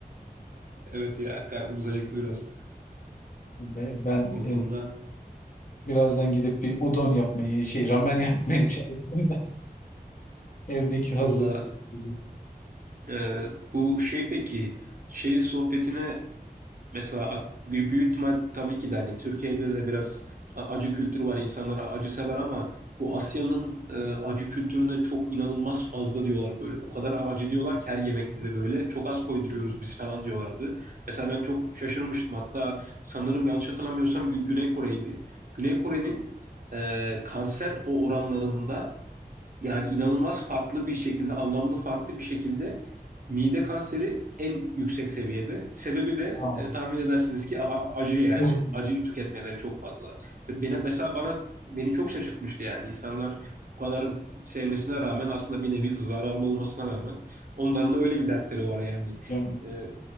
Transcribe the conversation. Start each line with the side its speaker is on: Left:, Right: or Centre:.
Right: Evet ya karnımız acıktı biraz
Left: Ben, ben
Right: onun
Left: e,
Right: konuda.
Left: birazdan gidip bir udon yapmaya şey ramen yapmaya <laughs> çalışıyorum. Evdeki hazır.
Right: Valla
Left: ürün.
Right: e, bu şey peki şey sohbetine Mesela bir büyük, büyük ihtimal tabii ki de hani Türkiye'de de biraz a- acı kültürü var. İnsanlar a- acı sever ama bu Asya'nın e, acı kültürüne çok inanılmaz fazla diyorlar böyle. O kadar a- acı diyorlar ki her yemekleri böyle. Çok az koyduruyoruz biz falan diyorlardı. Mesela ben çok şaşırmıştım. Hatta sanırım yanlış hatırlamıyorsam Gü- Güney Kore'ydi. Güney Kore'nin e, kanser o oranlarında yani inanılmaz farklı bir şekilde, anlamlı farklı bir şekilde mide kanseri en yüksek seviyede. Sebebi de
Left: Aa,
Right: e, tahmin edersiniz ki a- acı yani.
Left: özür dilerim.
Right: Acı tüketmeleri çok fazla. Ve beni, mesela bana beni çok şaşırtmıştı yani. insanlar bu kadar sevmesine rağmen aslında bir nevi zararlı olmasına rağmen onların da öyle bir dertleri var yani.
Left: Yapacağım.
Right: E,